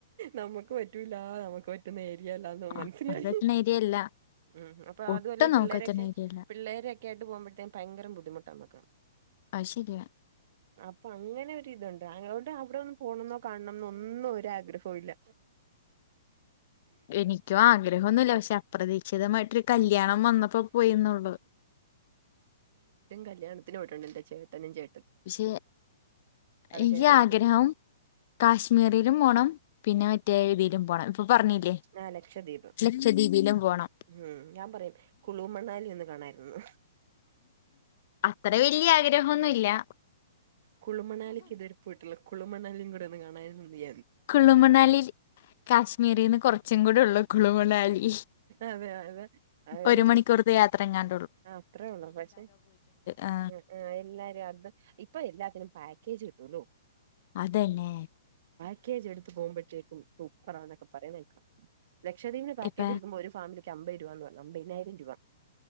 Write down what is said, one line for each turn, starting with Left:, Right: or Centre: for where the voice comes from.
Right: നമുക്ക് പറ്റൂലാ നമുക്ക് പറ്റുന്ന ഏരിയല്ലാന്ന് ഓൻ
Left: ആഹ്
Right: മനസ്സിലായി.
Left: അവിടെ പറ്റുന്ന ഏരിയല്ല
Right: ഉം അപ്പൊ ആതുഅല്ലാ
Left: ഒട്ടും
Right: ഈ
Left: നമുക്ക്
Right: പിള്ളേരൊക്കെ
Left: പറ്റുന്ന ഏരിയല്ല
Right: പിള്ളേരൊക്കെ ആയിട്ട് പോകുമ്പോഴത്തേക് ഭയങ്കര ബുദ്ധിമുട്ടാമ്മക്ക്.
Left: ആശരിയയാ.
Right: അപ്പൊ അങ്ങനൊരിതുണ്ട് ആങ്ങനോണ്ട് അവിടെ ഒന്നും പോണംന്നോ കാണണംന്നോ ഒന്നും ഒരാഗ്രഹോല്ല.
Left: എനിക്കു ആഗ്രഹോന്നുല്ല പക്ഷേ അപ്രതീ ക്ഷിതമായിട്ട് കല്ല്യാണം വന്നപ്പോ പോയീന്നൊള്ളു
Right: കല്ല്യാത്തിന് പോയിട്ടുണ്ട്ന്റെ ചേട്ടനും ചേ
Left: പക്ഷേ എനിക്ക്
Right: ചേട്ടനും
Left: ആഗ്രഹം
Right: ചേട്ടത്തി
Left: കാശ്മീരിലും പോണം. പിന്നെ മറ്റേ ഇതിലും പോണം. പറഞ്ഞില്ലേ
Right: ആഹ് ലക്ഷദ്വീപ്
Left: ലക്ഷദ്വീപിലും പോണം
Right: ഉം ഞാൻ പറയും കുളൂ മണ്ണാലി ഒന്ന് കാണായിരുന്നു
Left: അത്തറ വല്ല്യ ആഗ്രഹൊന്നുല്ലാ
Right: കുളു മണാലിക്ക് ഇതുവരെ പോയിട്ടില്ല കുളു മണാലിം കൂടെ ഒന്ന് കാണായിരുന്നുന്ന് വി
Left: കുളുമണാലിൽ കാശ്മീരിൽന്ന് കുറച്ചു കൂടെ ഉള്ളു കുളുമ ണാലി
Right: അതെ അതെ അത്
Left: ഒരു മണിക്കൂർതെ യാത്ര ങ്ങാൻ
Right: ആഹ് അത്രേഉള്ളു പക്ഷേ
Left: ആ
Right: എ എല്ലാരു <unintelligible> അത്‌ ഇപ്പൊ എല്ലാത്തിനും പാക്കേജ് കിട്ടൂല്ലോ.
Left: അതന്നെ.
Right: ക്കേജ് എടുത്ത് പോകുപഴത്തേക്കും സൂപ്പറാണെനൊക്കെ പറിണേക്കാ. ലക്ഷദ്വീപിന് പാക്കേജ്
Left: ഇപ്പ
Right: ഇടുക്കുമ്പോ ഒരു ഫാമിലിക്ക് അമ്പത് രൂപാന്ന് പറഞ്ഞു അമ്പതിനായിരം രൂപ.